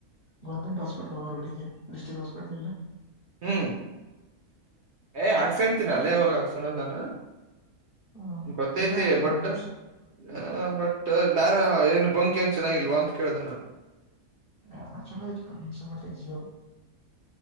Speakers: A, on the left; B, on the right.
A: ಗೌರ್ಮೆಂಟ್ ಹಾಸ್ಪಿಟಲ್ ರೋಡಿಗೆ ಡಿಸ್ಟಿಕ್ ಹಾಸ್ಪಿಟಲ ಇಲಾ
B: ಹ್ಮ್ ಏ ಹಾಕ್ಸತೀನ ಅಲ್ಲೇ ಹೋಗಿ ಹಾಸ ಕೋಳೋದ
A: ಹ್ಮ
B: ಗೊತ್ತೈತಿ
A: ಅಲ್ಲೇ ಹಾಕ್ಸೋ
B: ಬಟ್
A: ಆಲ್ಮೋಸ್ಟ್
B: ಹ ಬಟ್ ಬೇರ ಏನ್ ಬಂಕ ಏನ್ ಚೆನ್ನಾಗಿಲ್ವಾ ಅಂತ ಕೇಳ್ದ ನಾನು
A: ಹದ ಚಲೋ ಆಯಿತಪಾ ನನಗನ್ನಿಸು ಮಟ್ಟಿಗಿ